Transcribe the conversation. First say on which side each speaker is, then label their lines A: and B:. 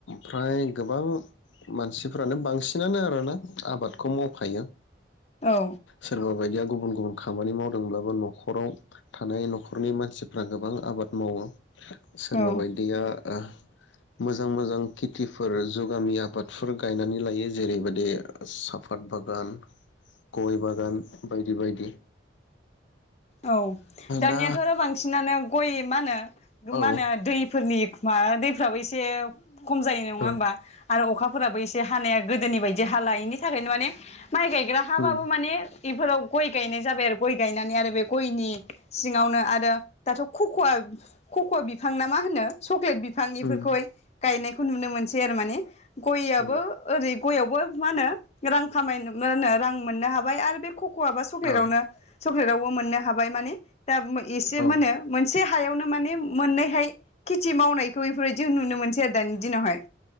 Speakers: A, on the left (about 80°); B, on the left (about 35°).
A: फ्राय गोबां मानसिफ्रानो बांसिनानो आरोना आबादखौ माव खायो
B: औ
A: सोरबा बायदिया गु बुन गुबुन खामानि मावदोंब्लाबो न'खराव थानाय न'खरनि मानसिफ्रा गोबां आबाद मावो। सोरबा
B: औ
A: बायदिया आ मोजां मोजां खेथिफोर जुगामि आबादफोर गायनानै लायो जेरैबायदि सा फात बागान गय बागान बायदि बायदि
B: औ दानियाथ'
A: दा
B: बांसिनानो गय मा होनो
A: औ
B: मा होनो दैफोरनि माबा दैफ्राबो एसे खम जायो नङा होमबा
A: औ
B: आरो अखाफोराबो एसे हानाया गोदोनि बायदि हाला बेनि थाखायनो माने माइ गायग्रा हाबाबो
A: उम
B: माने बेफोराव गय गायनाय जाबाय आरो गय गायनानै आरो बे गयनि सिङावनो आरो दाथ' खख'आ कक' बिफां ना मा होनो चक्लेट बिफां इफोरखौहाय
A: उम
B: गायनायखौ नुनो मोनसै आरो माने गयाबो
A: औ
B: ओरै गयाव मा होनो रां खामाय होन रां मोननो हाबाय आरो बे कटवा बा चक्लेटानो
A: औ
B: चक्लेटाव अ मोननो हाबाय माने दा एसे
A: औ
B: मानो मोन मोनसे हायावनो माने मोननैहाय खेथि मावनायखौ एफोरबायदि नुनो मोनसै आरो दानि दिनावहाय